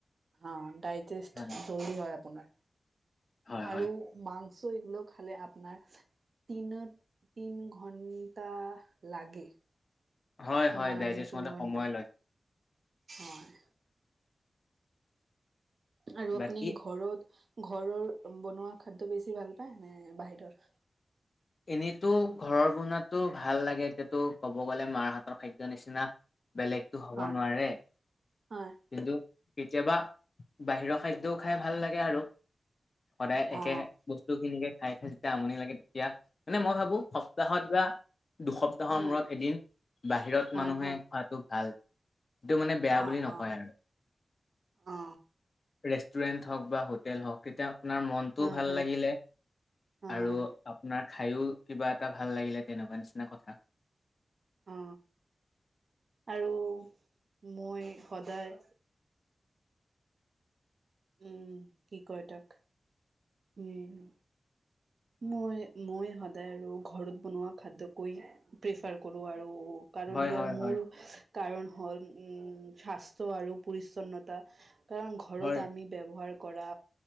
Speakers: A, on the right; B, on the left.
A: অ ডাইজেষ্ট
B: হয়
A: জল্দি হয় আপোনাৰ
B: হয়
A: আৰু
B: হয়
A: মাং চ' এইবোৰ খালে আপনাৰ দিনত তিন ঘণ্টা লাগে। কিমান
B: হয় হয় ডাইজেষ্ট হওঁতে
A: তিনি ঘন্টা
B: সময় লয়
A: হয় আৰু আপুনি
B: বাকী
A: ঘৰত ঘৰৰ বনোৱা খাদ্য বেছি ভাল পায় নে বাহিৰৰ?
B: এনেইটো ঘৰৰ বনোৱাটো ভাল লাগে, এতিয়াতো ক'ব গ'লে মাৰ হাতৰ খাদ্যৰ নিচিনা বেলেগতো হ'ব
A: হয়
B: নোৱাৰে।
A: হয়
B: কিন্তু কেতিয়াবা বাহিৰৰ খাদ্যও খাই ভাল লাগে আৰু। সদায় একে
A: অ
B: বস্তুখিনিকে খাই খাই যেতিয়া আমনি লাগে। দিয়া, মানে মই ভাবো সপ্তাহত বা দুসপ্তাহৰ
A: হয়
B: মূৰত এদিন বাহিৰত
A: হয়
B: মানুহে
A: হয়
B: খোৱাাতটো ভাল। এইটো মানে বেয়া বুলি
A: অ
B: নকয়
A: অ
B: আৰু।
A: অ
B: <unintelligible> <unintelligible> হওঁক বা হোটেল হওঁক তেতিয়া আপোনাৰ মনটোও
A: হয়
B: ভাল
A: হয়
B: লাগিলে।
A: হয়
B: আৰু আপোনাৰ খাইয়ো কিবা এটা ভাল লাগিলে, তেনেকুৱা নিচিনা কথা।
A: অ আৰু মই সদায় উম কি কয় তাক, উম'। মই মই সদায় আৰু ঘৰত বনোৱা খাদ্যকৈ প্ৰিফাৰ কৰো আৰু কাৰণ
B: হয়
A: ইয়াৰ
B: হয়
A: মূল,
B: হয়
A: কাৰণ হ'ল উম, স্বাস্থ্য আৰু পৰিচ্ছন্নতা কাৰণ ঘৰত
B: হয়
A: আমি ব্যৱহাৰ কৰা